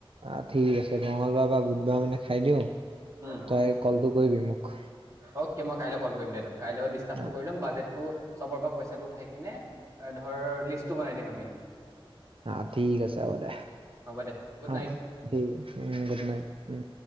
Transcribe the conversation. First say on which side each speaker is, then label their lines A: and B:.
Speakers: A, on the right (about 70°); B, on the right (about 35°).
A: আহ ঠিক আছে মঙলবাৰ বা বুধবাৰ মানে খাই দিওঁ
B: উম
A: তই কলটো কৰিবি মোক।
B: অকে মই কাইলে কল কৰিম দে কাইলৈ ডিচকাচটো
A: অ,
B: কৰি লম বাজেটটো চবৰ পৰা পইচাটো উঠাই কিনে- এ ধৰ লিষ্টটো বনাই দিম আমি।
A: অঁ, ঠিক আছে হ'ব দে,
B: হ'ব দে গুড
A: অঁ
B: নাইট
A: ঠিক উম গুড নাইট উম।